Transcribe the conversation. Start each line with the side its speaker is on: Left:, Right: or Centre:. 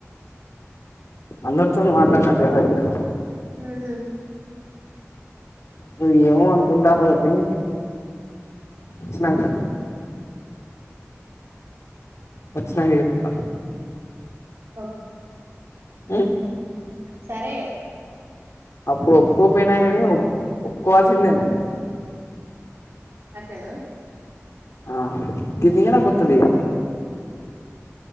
Left: అందర్తొను మాట్లాడినట్ ప్ర్యాంక్
Right: మ్ హు
Left: నువ్ ఏమో అనుకుంటానవ్ కానీ, వచ్చినంక వచ్చినంక చెప్తా
Right: ఓకే
Left: మ్
Right: సరే
Left: అప్పుడు ఒప్పుకోపోయినా కానీ, ఒప్ ఒప్పుకోవాల్సిందే నువ్వు.
Right: అట్లనా
Left: ఆహ్ కిందికయినంక్ వత్తదిగా